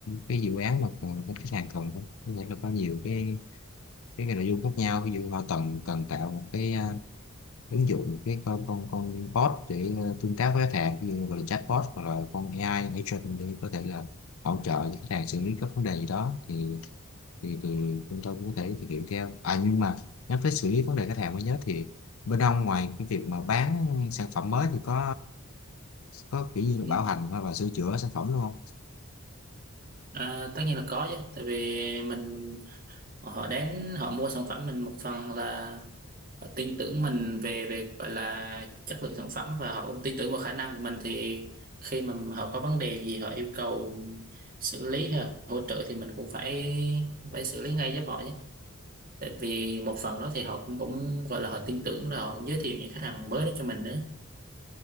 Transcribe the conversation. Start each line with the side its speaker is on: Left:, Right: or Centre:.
Left: cái dự án mà còn cái khách hàng cần thôi có nghĩa là có nhiều cái cái cái nội dung khác nhau ví dụ họ cần cần tạo một cái à, ứng dụng một cái con con con bot để à, tương tác với khách hàng ví dụ gọi là chatbot hoặc là con AI agent để có thể là hỗ trợ cho khách hàng xử lý các vấn đề gì đó thì thì thì chúng tôi cũng có thể thực hiện theo à nhưng mà nhắc tới xử lý vấn đề khách hàng mới nhớ thì bên ông ngoài cái việc mà bán sản phẩm mới thì có có kiểu như là
Right: nhỉ
Left: bảo hành hoặc là sửa chữa sản phẩm luôn không
Right: À, tất nhiên là có chứ, tại vì mình, mình họ đến họ mua sản phẩm mình một phần là họ tin tưởng mình về về gọi là chất lượng sản phẩm và họ cũng tin tưởng vào khả năng của mình thì khi mà họ có vấn đề gì họ yêu cầu xử lý hay là hỗ trợ thì mình cũng phải phải xử lý ngay giúp họ nhé. Tại vì một phần đó thì họ cũng cũng gọi là họ tin tưởng rồi họ cũng giới thiệu những khách hàng mới đến cho mình nữa.